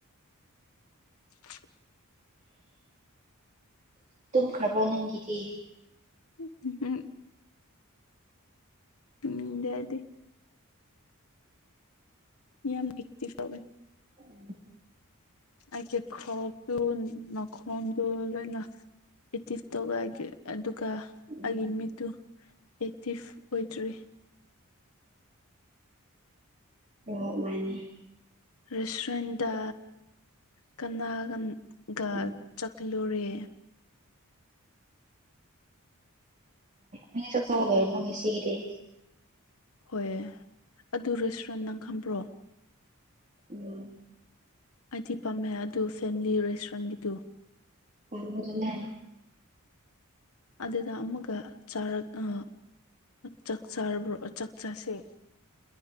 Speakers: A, on the left; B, on the right.
A: <unintelligible>
B: ꯇꯨꯝꯈ꯭ꯔꯕ꯭ꯔꯣ ꯅꯪꯒꯤꯗꯤ
A: ꯎꯝ ꯎꯝ ꯌꯥꯗꯦ ꯏ ꯌꯥꯝ ꯤ ꯄꯕ
B: ꯎꯝ
A: ꯑꯩꯦ ꯈꯗꯨ ꯅꯈꯣꯡꯗꯨ ꯂꯣꯏꯅ ꯏꯇꯤ ꯇꯣꯒꯑꯦ ꯑꯗꯨ ꯑꯗꯨ ꯀ
B: ꯎꯝ
A: ꯑꯩꯒꯤ ꯃꯤꯠꯇꯨ ꯑꯦꯛꯇꯤꯞ ꯑꯣꯏꯗ꯭ꯔꯤ
B: ꯍꯣꯏ ꯃꯥꯅꯦ
A: ꯔꯦꯁꯇꯨꯔꯦꯟꯗꯥ ꯀꯅꯥꯒꯒ
B: ꯎꯝ
A: ꯆꯥꯛꯂꯨꯔꯦ
B: ꯚ ꯑ ꯆꯕ ꯔꯃ ꯨꯁ ꯀꯗ
A: ꯍꯣꯏ ꯑꯗꯨ ꯔꯦꯁꯇꯨꯔꯦꯟ ꯅꯪ ꯈꯝꯕ꯭ꯔꯣ
B: ꯎꯝ
A: ꯑꯩꯗꯤ ꯄꯥꯝꯃꯦ ꯑꯗꯨ ꯐꯦꯃꯤꯂꯤ ꯔꯦꯁꯇꯨꯔꯦꯟꯒꯤꯗꯨ
B: ꯄꯔꯃꯔꯅꯦꯦ
A: ꯑꯗꯨꯗ ꯑꯃꯒ ꯆꯥꯔꯛ ꯑ ꯆꯥꯛ ꯆꯥꯔꯕ ꯆꯥꯛ ꯆꯁꯦ